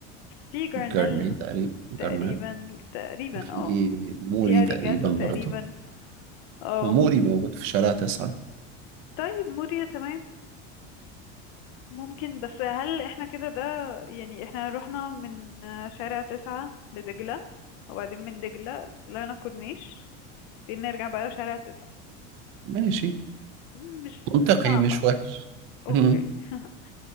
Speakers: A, on the left; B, on the right.
A: في جرنال
B: جرني تقريبا جرنال
A: تقريبا تقريبا
B: وفي
A: اه
B: موري
A: في اريجاتو
B: تقريبا برضه
A: تقريبا اه
B: وموري موجود في شارع تسعة
A: طيب موريا تمام ممكن بس هل احنا كده ده يعني احنا رحنا من آه، شارع تسعة لدجلة وبعدين من دجلة طلعنا كورنيش بعدين نرجع بقى شارع تسعة
B: ماشي
A: مش مش
B: منطقي
A: صعبة
B: مش وحش
A: اوكي
B: مم.
A: <laughs>